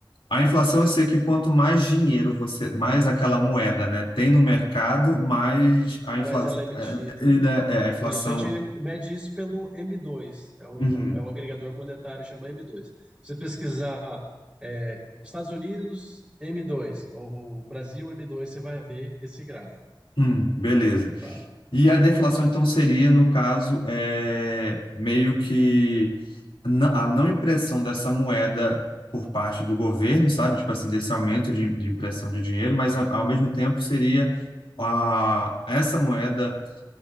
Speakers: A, on the left (about 85°); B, in the centre.
A: A inflação, eu sei que quanto mais dinheiro você, mais aquela moeda, né, tem no mercado, mais a
B: Mas
A: inflação,
B: ela é emitida.
A: é, é, é, a inflação,
B: Isso, a gente mede isso pelo m dois é um,
A: Uhum.
B: é um agregador monetário chama m dois Se você pesquisar é, Estados Unidos m dois ou Brasil m dois você vai ver esse gráfico,
A: Hum, beleza.
B: tá?
A: E a deflação, então, seria, no caso, é, meio que na- a não impressão dessa moeda por parte do governo, sabe? Tipo assim, desse aumento de, de impressão de dinheiro, mas a- ao mesmo tempo seria a, essa moeda.